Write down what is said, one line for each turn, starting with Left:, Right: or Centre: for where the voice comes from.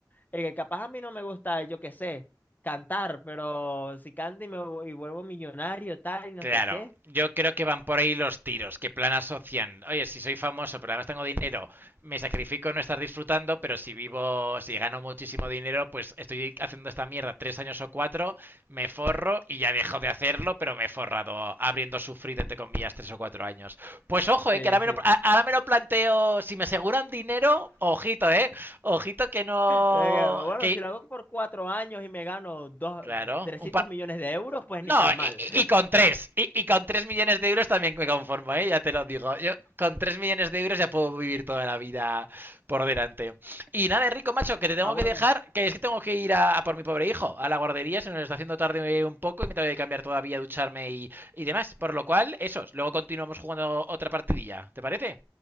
Left: eh, que capaz a mí no me gusta, yo qué sé, cantar, pero si canto y me vu- y vuelvo millonario, tal, y no
Right: Claro,
Left: sé qué.
Right: yo creo que van por ahí los tiros, que plan asocian, oye, si soy famoso, pero además tengo dinero, me sacrifico en no estar disfrutando, pero si vivo, si gano muchísimo dinero, pues estoy haciendo esta mierda tres años o cuatro, me forro y ya dejo de hacerlo, pero me he forrado habiendo sufrido, entre comillas, tres o cuatro años. Pues ojo, eh,
Left: Sí,
Right: que ahora me,
Left: sí.
Right: lo, ahora me lo planteo, si me aseguran dinero, ojito, eh, ojito que no,
Left: Eh, bueno,
Right: que,
Left: si lo hago por cuatro años y me gano dos,
Right: claro,
Left: 300
Right: un par...
Left: millones de euros, pues
Right: No,
Left: ni tan mal.
Right: y, y- con tres, Y, y con 3 millones de euros también me conformo, ¿eh? Ya te lo digo. Yo con 3 millones de euros ya puedo vivir toda la vida por delante. Y nada, Rico, macho, que te tengo
Left: Ah,
Right: que
Left: bueno.
Right: dejar, que es que tengo que ir a, a por mi pobre hijo, a la guardería, se nos está haciendo tarde un poco y me tengo que cambiar todavía, ducharme y, y demás. Por lo cual, eso, luego continuamos jugando otra partidilla. ¿Te parece?